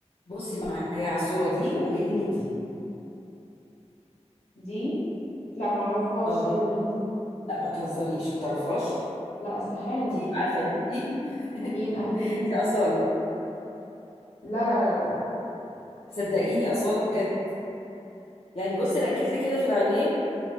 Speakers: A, on the left; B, on the left.
A: بصي معايا على الصورة دي وقولي لي مين دي
B: دي لا معرفهاش
A: اه
B: ايه ده مين دي
A: لا ما تهزريش ما تعرفهاش
B: لا استحالة
A: دي عارفة مين دي
B: مين ابهريني
A: <laughs> دي أصالة
B: لا لا لا لا لا
A: صدقيني أصالة بجد يعني بصي ركزي كده في العينين